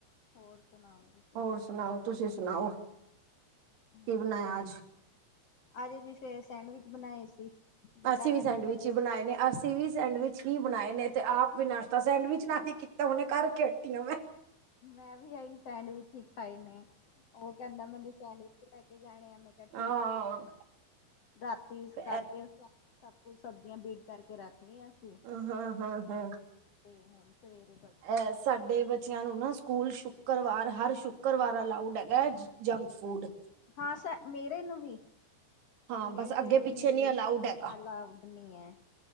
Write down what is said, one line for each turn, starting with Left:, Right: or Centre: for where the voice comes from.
Left: ਹੋਰ, ਸੁਣਾਓ ਜੀ?
Right: ਹੋਰ ਸੁਣਾਓ, ਤੁਸੀਂ ਸੁਣਾਓ,
Left: ਹਾਂ
Right: ਕੀ ਬਣਾਇਆ ਅੱਜ?
Left: ਅੱਜ, ਅਸੀਂ ਸਵੇਰੇ ਸੈਂਡਵਿਚ ਬਣਾਏ ਸੀ। ਬੇਟਾ
Right: ਅਸੀਂ
Left: ਕਹਿੰਦਾ
Right: ਵੀ ਸੈਂਡਵਿਚ
Left: ਮੈਨੇ
Right: ਹੀ ਬਣਾਏ ਨੇ, ਅਸੀਂ ਵੀ ਸੈਂਡਵਿਚ ਹੀ ਬਣਾਏ ਨੇ, ਤੇ
Left: ਹਾਂ
Right: ਆਪ ਵੀ ਨਾਸ਼ਤਾ ਸੈਂਡਵਿਚ ਨਾਲ ਹੀ ਕੀਤਾ। ਕੀਤਾ, ਹੁਣੇ ਕਰਕੇ ਹੱਟੀ ਆ ਮੈਂ।
Left: ਮੈਂ ਵੀ, ਇਹੀ ਸੈਂਡਵਿਚ ਹੀ ਖਾਏ ਨੇ, ਉਹ ਕਹਿੰਦਾ ਮੈਨੂੰ ਸੈਂਡਵਿਚ ਸਕੂਲ 'ਚ ਲੈ ਕੇ ਜਾਣੇ ਆ, ਮੈਂ ਕਿਹਾ
Right: ਹਾਂ
Left: ਠੀਕ ਆ, ਬੇਟਾ ਰਾਤੀ
Right: ਤੇ
Left: ਕਰਕੇ ਰੱਖਿਆ। ਸਭ ਕੁਛ, ਸਬਜ਼ੀਆਂ ਬੀਟ ਕਰਕੇ ਰੱਖ ਲਈਆਂ। ਸੀ
Right: ਹਾਂ -ਹਾਂ, ਹਾਂ- ਹਾਂ।
Left: ਤੇ ਹੁਣ। ਸਵੇਰੇ, ਬਸ
Right: ਐ,
Left: ਬਣਾਤੀ।
Right: ਸਾਡੇ ਬੱ ਬੱਚਿਆਂ ਨੂੰ ਨਾ, ਸਕੂਲ ਸ਼ੁੱਕਰਵਾਰ, ਹਰ ਸ਼ੁੱਕਰਵਾਰ ਅਲਾਊਡ ਹੈਗਾ, ਜੰਕ ਫੂਡ।
Left: ਹਾਂ, ਸ ਮੇਰੇ ਨੂੰ ਵੀ,
Right: ਹਾਂ
Left: ਮੇਰੇ
Right: ਬਸ
Left: ਬੇਟੇ
Right: ਅੱਗੇ ਪਿੱਛੇ
Left: ਨੂੰ
Right: ਨਹੀਂ
Left: ਵੀ,
Right: ਅਲਾਊਡ ਹੈਗਾ
Left: ਅਲਾਉ। ਨਹੀਂ, ਹੈ।